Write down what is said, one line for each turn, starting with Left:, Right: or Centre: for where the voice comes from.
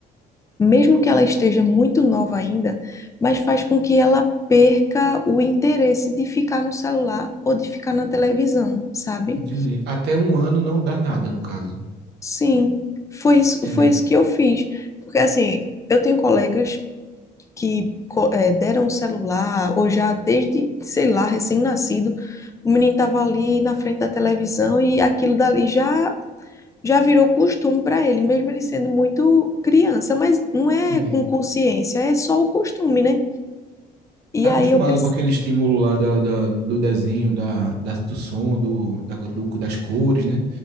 Left: mesmo que ela esteja muito nova ainda, mas faz com que ela perca o interesse de ficar no celular ou de ficar na televisão, sabe?
Right: Entendi. Até um ano não dá nada, no caso.
Left: Sim, foi isso,
Right: Entendi,
Left: foi isso que eu fiz. Porque assim, eu tenho colegas que co- eh, deram o celular, ou já desde, sei lá, recém-nascido, o menino estava ali na frente da televisão e aquilo dali já. Já virou costume para ele, mesmo ele sendo muito criança, mas não é
Right: entendi.
Left: com consciência, é só o costume, né? E
Right: Tá acostumado
Left: aí eu pensei,
Right: com aquele estímulo lá da, da- do desenho, da, da- do som, do, da- do- das cores, né?